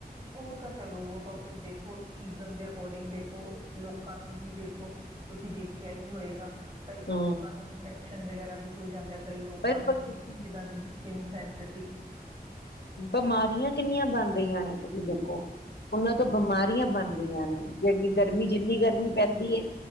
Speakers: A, on the right; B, on the left.
A: ਉਹ ਤਾਂ ਚਲੋ ਉਹ ਤਾਂ ਫਿਰ ਦੇਖੋ ਸੀਜ਼ਨ ਦੇ ਅਕੋਰਡਿੰਗ ਦੇਖੋ ਲੋਕਾਂ ਨੂੰ ਵੀ ਦੇਖੋ ਤੁਸੀਂ ਦੇਖਿਆ ਹੀ ਹੋਏਗਾ ਕਈ ਵਾਰ
B: ਹਮ
A: ਲੋਕਾਂ ਨੂੰ ਇਨਫੈਕ ਵਗੈਰਾ ਵੀ ਹੋ ਜਾਂਦਾ ਕਈ ਲੋਕਾਂ
B: ਬਿਲਕੁਲ
A: ਨੂੰ
B: ਤੁਸੀਂ
A: ਜਿਹਨਾਂ ਦੀ ਸਕਿਨ ਸੈਂਸ
B: ਬਿਮਾਰੀਆਂ ਕਿੰਨੀਆਂ ਬਣਦੀਆਂ ਨੇ ਤੁਸੀਂ ਦੇਖ ਉਹਨਾਂ ਤੋਂ ਬਿਮਾਰੀਆਂ ਬਣਦੀਆਂ ਨੇ ਜਿਹਣੀ ਗਰਮੀ ਜਿੰਨੀ ਗਰਮੀ ਪੈਂਦੀ ਹੈ